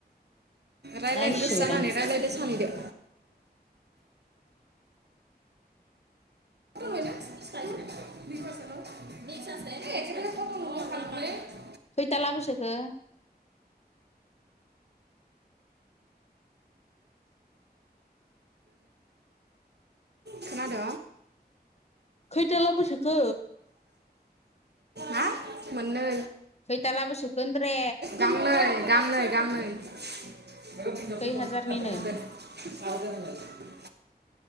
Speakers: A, on the right; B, on the left.
A: रायज्लायनो
B: नायसोबायदां
A: गोसो जानानै रायज्लायदो सानैदो <unintelligible>
B: खैथा लाबोसोखो
A: खोनाद'
B: खैथाला बोसोखो?
A: हा मोननै
B: खैथाला बोसोखो होनदोरे
A: गांनै गांनै गांनै <unintelligible>
B: खै हाजारनिनो